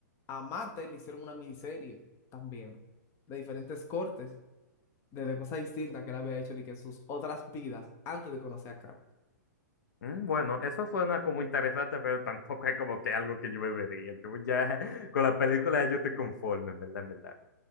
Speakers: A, on the left (about 25°); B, on the left (about 70°).
A: a Mate le hicieron una miniserie también, de diferentes cortes, de, de cosas distintas que él había hecho de que sus otras vidas antes de conocer a Karen.
B: "Mm, Bueno, eso suena como interesante, pero tampoco es como que algo que yo me vería. Yo ya <laughs> con la película yo estoy conforme, en verdad, en verdad.